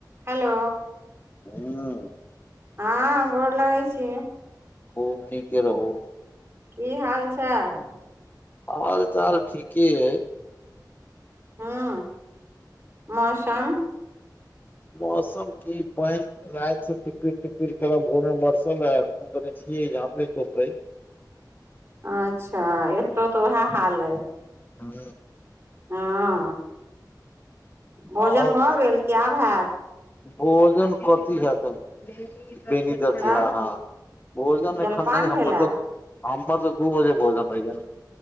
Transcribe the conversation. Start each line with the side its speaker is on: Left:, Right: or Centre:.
Right: Hello
Left: हं
Right: हँ गोर लगैत छी
Left: खूब नीके रहू
Right: की हाल चाल
Left: हाल चाल ठीके यय
Right: हं मौसम
Left: मौसम ठीक मैं रैत स टिपिर टिपिर <unintelligible> भोर बर्सल रहा <unintelligible>
Right: अच्छा एतौ तऽ उएह हाल हइ
Left: हँ
Right: हँ भोजन
Left: आओर
Right: भऽ गेल कि आब हैत
Left: भोजन कथी हेत बेनी दर्ज
Right: तऽ
Left: हँ हँ भोजन
Right: जलपान
Left: अखन नहि
Right: भेलए
Left: हमर सबके हमर तऽ दू बजे भोजन होई या